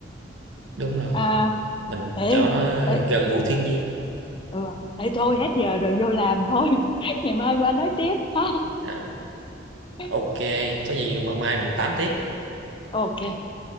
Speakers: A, on the right; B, on the left.
A: đúng rồi
B: à,
A: mình
B: ê,
A: cho nó
B: ê
A: gần gũi thiên nhiên
B: ừ ê thôi
A: Ừ.
B: hết giờ rồi vô làm thôi <laughs> ngày mai qua nói tiếp ha
A: à,
B: <laughs>
A: ok có gì mà mai mình tám tiếp
B: ok
A: Ok.